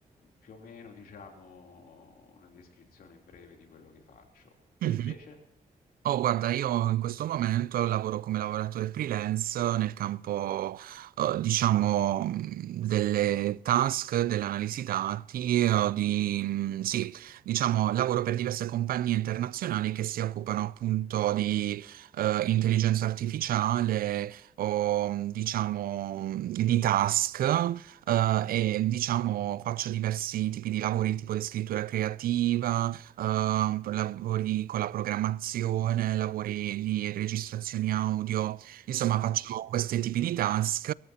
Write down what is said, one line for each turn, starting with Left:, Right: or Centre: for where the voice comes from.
Left: più o meno, diciamo, una descrizione breve di quello che faccio. Tu
Right: mhm.
Left: invece?
Right: Oh, guarda, io in questo momento lavoro come lavoratore freelance nel campo, eh, diciamo, mh, delle task, dell'analisi dati, eh, di, mh, sì, diciamo, lavoro per diverse compagnie internazionali che si occupano appunto di, eh, intelligenza artificiale o, mh, diciamo, mh, di task. eh, e diciamo faccio diversi tipi di lavori, tipo di scrittura creativa, ehm, lavori con la programmazione, lavori di registrazioni audio, insomma
Left: Ok,
Right: faccio questi tipi di task